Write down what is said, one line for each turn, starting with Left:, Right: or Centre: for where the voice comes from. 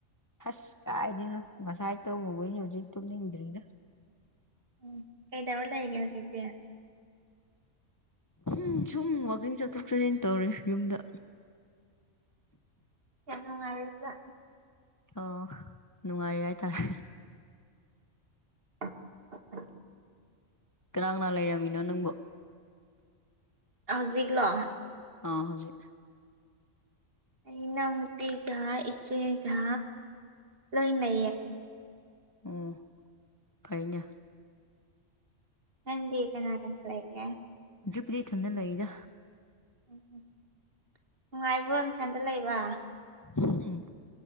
Left: ꯑꯁ ꯀꯥꯏꯗꯅꯣ ꯉꯁꯥꯏ ꯇꯧꯕꯕ ꯍꯧꯖꯤꯛ ꯇꯨꯝꯅꯤꯡꯟꯗ꯭ꯔꯤꯗ
Right: ꯎ ꯀꯩꯗꯕꯔ ꯂꯒꯦ ꯆꯇ
Left: ꯎꯝ ꯁꯨꯝ ꯋꯥꯋꯀꯤꯡ ꯆꯠꯊꯣꯛ ꯆꯠꯁꯤꯟ ꯇꯧꯔꯦ ꯌꯨꯝꯗ
Right: ꯍ ꯃꯗ
Left: ꯑꯣ ꯅꯨꯡꯉꯥꯏꯔꯤ ꯍꯥꯏꯇꯥꯔꯦ
Right: ꯑ ꯑ
Left: ꯀꯔꯥꯡ ꯅꯥ ꯂꯩꯔꯝꯃꯤꯅꯣ ꯅꯪꯕꯨ
Right: ꯍꯧꯖꯤꯛꯂꯣ
Left: ꯑ ꯍꯧꯖꯤ
Right: ꯑꯩꯅ ꯅꯨꯄꯤꯤꯒ ꯏꯆꯦꯒ ꯂꯣꯏꯅꯦ
Left: ꯑꯣ ꯐꯩꯩꯅ
Right: ꯍꯪꯗꯤ ꯀꯅꯥ ꯀꯟ ꯊ ꯂꯩꯒ
Left: ꯍꯧꯖꯤꯄꯗꯤ ꯏꯊꯟꯇ ꯂꯩꯔ
Right: ꯎꯝ ꯎꯝ ꯅꯨꯡꯉꯥꯏꯕ꯭ꯔꯣ ꯏꯐꯟꯗ ꯂꯩꯕ
Left: ꯎꯝ